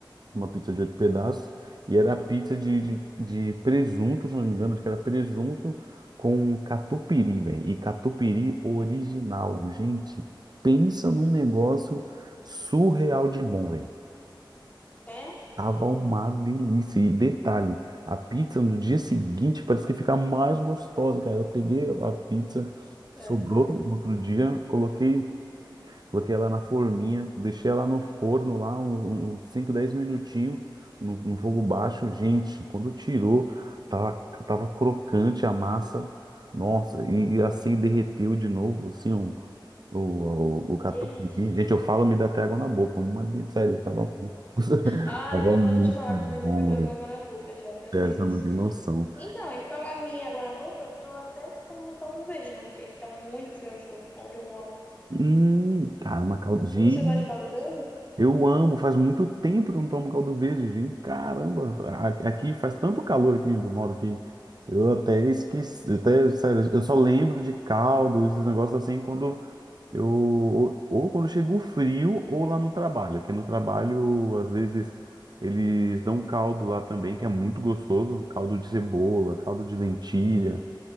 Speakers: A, on the right (about 55°); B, on the left (about 20°).
A: uma pizza de oito pedaços, e era pizza de, de, de presunto, se não me engano, acho que era presunto com catupiry, velho, e catupiry original. Gente, pensa num negócio surreal de bom, velho.
B: É?
A: Tava uma delícia. E detalhe, a pizza no dia seguinte parece que fica mais gostosa, cara. Eu peguei a pizza, sobrou
B: É, ficou mesmo.
A: no outro dia, coloquei Coloquei ela na forminha, deixei ela no forno lá um- um, uns 5, 10 minutinhos no, no fogo baixo. Gente, quando tirou, tava, tava crocante a massa. Nossa, e, e assim derreteu de novo, assim, o, o, o, o catupiry.
B: Que delícia.
A: Gente, eu falo, me dá até água na boca. Uma de- sério, tava, muito- <laughs>
B: Ah,
A: tava
B: então
A: muito
B: para de falar
A: bom,
B: que também tô ficando
A: velho.
B: com água na boca já. Meu
A: Sério,
B: Deus.
A: você não tem noção.
B: Então, e falar minha água na boca, eu tô até que fazendo caldo verde, né? Porque aqui tá muito frio onde eu, tô- onde eu moro.
A: Hum, cara, uma caldinha.
B: Você gosta de caldo verde?
A: Eu amo, faz muito tempo que eu não tomo caldo verde, gente. Caramba, a- aqui faz tanto calor aqui onde eu moro que eu até esqueci, eu até, sério, eu só lembro de caldo, esses negócios assim, quando eu, ou, ou quando chega o frio ou lá no trabalho, que no trabalho, às vezes, eles dão caldo lá também, que é muito gostoso, caldo de cebola, caldo de lentilha,